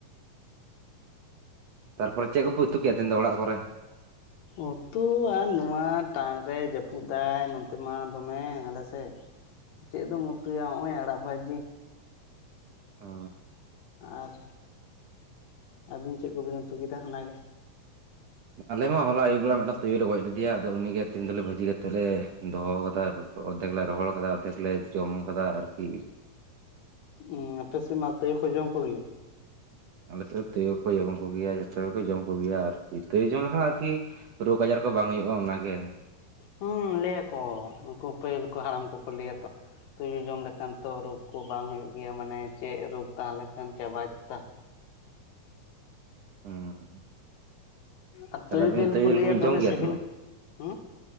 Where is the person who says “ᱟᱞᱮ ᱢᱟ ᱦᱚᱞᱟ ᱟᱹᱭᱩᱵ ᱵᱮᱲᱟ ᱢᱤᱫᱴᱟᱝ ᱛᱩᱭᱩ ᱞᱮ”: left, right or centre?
Right